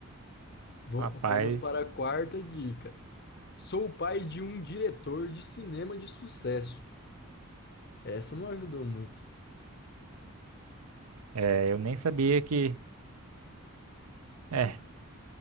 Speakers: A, on the left; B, on the right.
A: Va-
B: Rapaz,
A: vamos para a quarta dica. Sou o pai de um diretor de cinema de sucesso. Essa não ajudou muito.
B: é, eu nem sabia que. É,